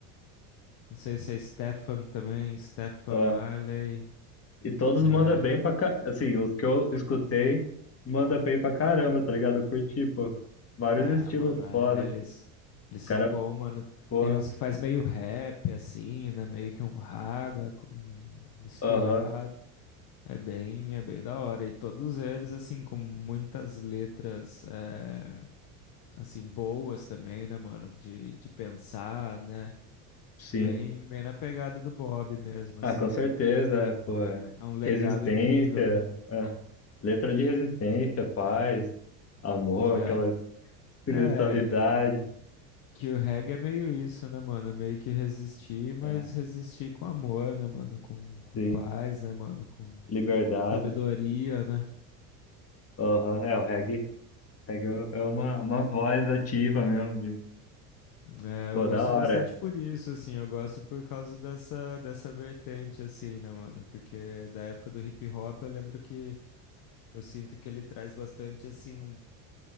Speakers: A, on the left; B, on the left.
A: Não sei se é Stefan também, Stefan
B: Ó,
A: Marley.
B: e todos
A: É...
B: mandam bem pra, ca- assim, os que eu escutei, manda bem pra caramba, tá ligado? Eu curti, pô. Vários
A: Ah,
B: estilos
A: mano, é,
B: foda.
A: eles. Eles são
B: Cara,
A: bons, mano.
B: porra,
A: Tem uns que faz meio rap, assim, né? Meio que um raga com- misturado.
B: aham,
A: É bem, é bem da hora. E todos eles, assim, com muitas letras, é, assim, boas também, né, mano? De, de pensar, né?
B: sim.
A: Bem, bem na pegada do Bob mesmo,
B: Ah,
A: assim,
B: com
A: né?
B: certeza,
A: mano?
B: pô,
A: É um,
B: é.
A: é um legado
B: resistência,
A: incrível, né?
B: é. letra de resistência, paz, amor,
A: É.
B: aquela espiritualidade,
A: É, que o reggae é meio isso, né, mano? É Meio que resistir, mas
B: é,
A: resistir com amor, né, mano? Com, com
B: sim,
A: paz, né, mano? Com
B: liberdade.
A: sabedoria, né?
B: Aham, É, o reggae, reggae é uma, uma voz ativa mesmo, de,
A: É,
B: pô,
A: eu gosto
B: da hora.
A: bastante por isso, assim, eu gosto por causa dessa, dessa vertente, assim, né, mano? Porque da época do hip hop eu lembro que eu sinto que ele traz bastante, assim, um-